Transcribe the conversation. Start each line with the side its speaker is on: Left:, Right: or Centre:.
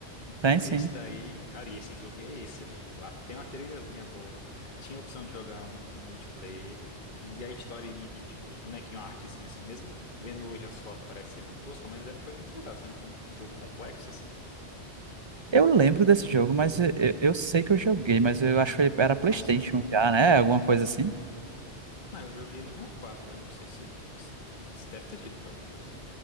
Left: Então,
Right: tem sim.
Left: esse daí, cara, e esse jogo é excelente. Pô. Lá tem uma trilhazinha boa, tinha a opção de jogar mu- multiplayer, e a historinha, e tipo, os bonequinhos, a artezinha assim, mesmo vendo hoje as fotos parece ser meio tosca, mas é- foi muito legal, se não for um jogo complexo assim.
Right: Eu lembro desse jogo, mas eu, eu- eu sei que eu joguei, mas eu acho que era PlayStation
Left: Nossa, é muito.
Right: já, né? Alguma coisa assim.
Left: Não, eu joguei no 64, eu não sei se, se, se deve ter tido pra outras.